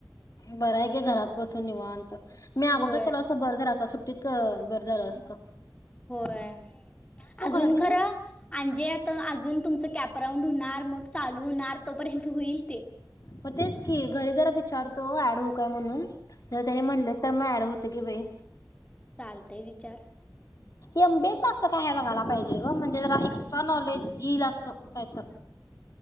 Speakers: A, on the left; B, on the left.
A: बर आहे ग घरात बसून निवान मी अगोदर
B: होय
A: केला असं बर झालात सुट्टीत बरे झालं असत
B: होय अजून
A: घरी
B: खर म्हजे आता अजून तुम कॅपराऊंड होणार मग चालू होणार तोपर्यंत होईल ते
A: मग तेच की घरी जरा विचारतो ऍड होऊ काय म्हणून जर त्यानी म्हणले तर मग ऍड होत की बाई
B: चालतय विचार
A: एमबीच असं काय बघायला पाहिजे ग म्हणजे जरा एक्स्ट्रा नॉलेज येईल असं काय तर
B: ह